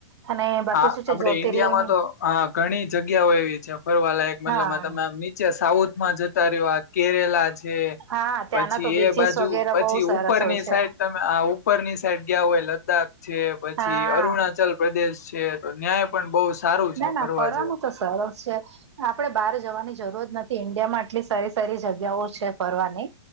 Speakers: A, on the right; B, on the left.
A: અને બાકી
B: હા
A: શું છે
B: આપડે
A: જ્યોતિર્લિંગ
B: ઈન્ડિયામાં તો અ ઘણી જગ્યાઓ એવી છે ફરવાલાયક મતલબમાં
A: હા
B: તમે આ મીત છે, સાઉથ માં જતા રહ્યો આ કેરેલા છે.
A: હા. ત્યાંના
B: પછી
A: તો બીચીસ
B: એ બાજુ
A: વગેરે
B: પછી
A: બહુ સરસ
B: ઉપરની
A: હોય છે
B: સાઈડ તમે આ ઉપરની સાઈડ ગયા હોય લદ્દાખ છે પછી
A: હા
B: અરુણાચલ પ્રદેશ છે તો ત્યાંય પણ બો સારું છે
A: ના ના
B: ફરવા
A: ફરવાનું
B: જેવું.
A: તો સરસ છે. આપણે બહાર જવાની જરૂરત નથી ઈન્ડિયામાં આટલી સારી સારી જગ્યાઓ છે ફરવાની.